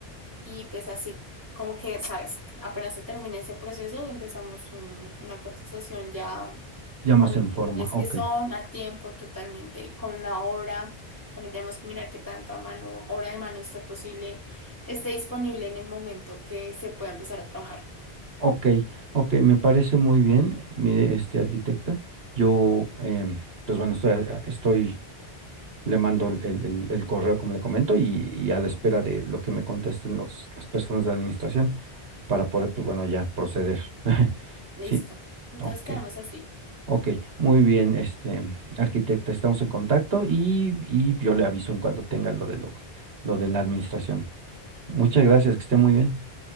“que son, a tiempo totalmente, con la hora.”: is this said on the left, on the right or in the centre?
Right